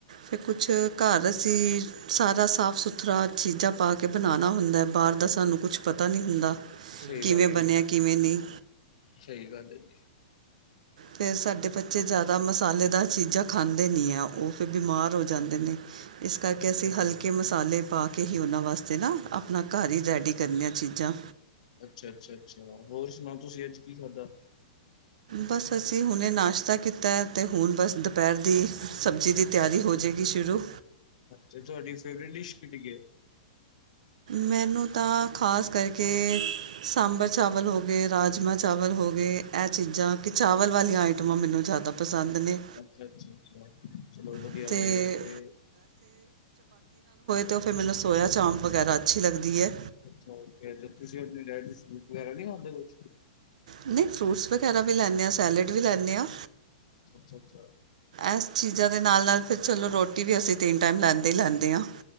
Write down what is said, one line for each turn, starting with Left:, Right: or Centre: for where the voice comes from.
Right: ਫਿਰ ਕੁਛ ਘਰ ਅਸੀਂ ਸਾਰਾ ਸਾਫ-ਸੁਥਰਾ ਚੀਜ਼ਾਂ ਪਾ ਕੇ ਬਣਾਉਣਾ ਹੁੰਦਾ, ਬਾਹਰ ਦਾ ਸਾਨੂੰ ਕੁਛ ਪਤਾ ਨੀ ਹੁੰਦਾ
Left: ਸਹੀ
Right: ਕਿਵੇਂ
Left: ਗੱਲ ਹੈ
Right: ਬਣਿਆ
Left: ਜੀ
Right: ਕਿਵੇਂ ਨਹੀਂ?
Left: ਸਹੀ ਗੱਲ ਹੈ ਜੀ।
Right: ਫਿਰ ਸਾਡੇ ਬੱਚੇ ਜ਼ਿਆਦਾ ਮਸਾਲੇਦਾਰ ਚੀਜ਼ਾਂ ਖਾਂਦੇ ਨਹੀਂ ਹੈ। ਉ ਫਿਰ ਬਿਮਾਰ ਹੋ ਜਾਂਦੇ ਨੇ ਇਸ ਕਰਕੇ
Left: ਅੱਛਾ
Right: ਅਸੀਂ
Left: ਜੀ
Right: ਹਲਕੇ ਮਸਾ ਸਾਲੇ ਪਾ ਕੇ, ਹੀ ਉਹਨਾਂ ਵਾਸਤੇ ਨਾ ਆਪਣਾ ਘਰ ਹੀ ਰੈਡੀ ਕਰਨੇਆਂ ਚੀਜ਼ਾਂ।
Left: ਅੱਛਾ-ਅੱਛਾ-ਅੱਛਾ, ਹੋਰ ਸੁਣਾਓ ਤੁਸੀਂ ਅੱਜ ਕੀ ਖਾਧਾ?
Right: ਬਸ ਅਸੀਂ ਹੁਣੇ ਨਾਸ਼ਤਾ ਕੀਤਾ ਤੇ ਹੁਣ ਬਸ ਦੁਪਹਿਰ ਦੀ ਸਬਜ਼ੀ ਦੀ ਤਿਆਰੀ ਹੋ ਜਾਏਗੀ ਸ਼ੁਰੂ।
Left: ਤੇ ਤੁਹਾਡੀ ਫੇਵਰੇਟ ਡਿਸ਼ ਕਿਹੜੀ ਹੈ?
Right: ਮੈਨੂੰ ਤਾਂ ਖ਼ਾਸ ਕਰਕੇ ਸਾਂਬਰ ਚਾਵਲ ਹੋ ਗਏ ਰਾਜਮਾ ਚਾਵਲ ਹੋ ਗਏ ਇਹ ਚੀਜ਼ਾਂ ਕਿ ਚਾਵਲ ਵਾਲੀਆਂ ਆਈਟਮਾਂ ਮੈਨੂੰ ਜ਼ਿਆਦਾ ਪਸੰਦ ਨੇ।
Left: ਅੱਛਾ-ਅੱਛਾ-ਅੱਛਾ, ਚਲੋ ਵਧੀਆ-ਵਧੀਆ
Right: ਅਤੇ
Left: ਤੇ
Right: ਤੇ ਉ ਫਿਰ ਮਤਲਬ ਸੋਇਆ ਚਾਂਪ ਵਗੈਰਾ ਅੱਛੀ ਲੱਗਦੀ ਹੈ।
Left: ਅੱਛਾ, ਓਕੇ ਤੇ ਤੁਸੀਂ ਆਪਣੇ ਢਾਈਟਸ ਫਹੂਟਸ ਵਗੈਰਾ ਨੀ ਖਾਂਦੇ ਕੁਛ।
Right: ਨੀ ਫਰੂਟਸ ਵਗੈਰਾ ਵੀ ਲੈਂਦੇ ਹਾਂ ਸੈਲਡ ਵੀ ਲੈਂਦੇ ਹਾਂ।
Left: ਅੱਛਾ ਅੱਛਾ,
Right: ਐਸ ਚੀਜ਼ਾਂ ਦੇ ਨਾਲ-ਨਾਲ ਫਿਰ ਚਲੋ ਰੋਟੀ ਵੀ ਅਸੀਂ ਤਿੰਨ ਟਾਈਮ ਲੈਂਦੇ ਹੀ ਲੈਂਦੇ ਹਾਂ।